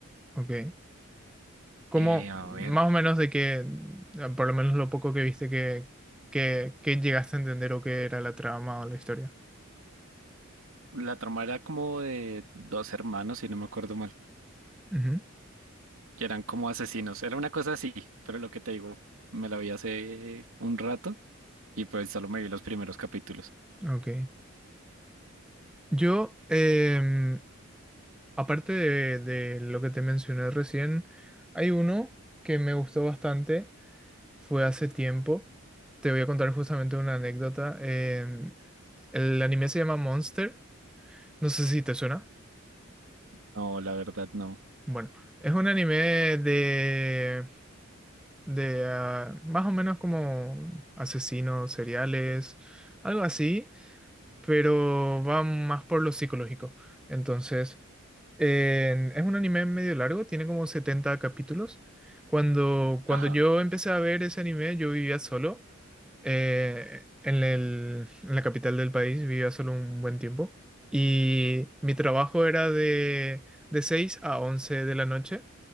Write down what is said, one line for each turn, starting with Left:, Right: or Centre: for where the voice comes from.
Centre: Ok. ¿Cómo,
Right: Eh, a ver,
Centre: más o menos de que, por lo menos lo poco que viste que, que, que llegaste a entender o qué era la trama o la historia?
Right: la trama era como de dos hermanos, si no me acuerdo mal,
Centre: Ujú,
Right: y eran como asesinos, era una cosa así, pero lo que te digo, me la vi hace un rato y pues solo me vi los primeros capítulos.
Centre: Ok. Yo, em, Aparte de, de lo que te mencioné recién, hay uno que me gustó bastante, fue hace tiempo. Te voy a contar justamente una anécdota. em, el anime se llama Monster, no sé si te suena.
Right: No, la verdad no.
Centre: Bueno, es un anime de, de ah, más o menos como asesinos seriales, algo así. pero va más por lo psicológico. Entonces, en- es un anime medio largo, tiene como 70 capítulos. Cuando, cuando
Right: Ajá.
Centre: yo empecé a ver ese anime, yo vivía solo. eh, en el- en la capital del país vivía solo un buen tiempo. Y mi trabajo era de, de 6 a 11 de la noche.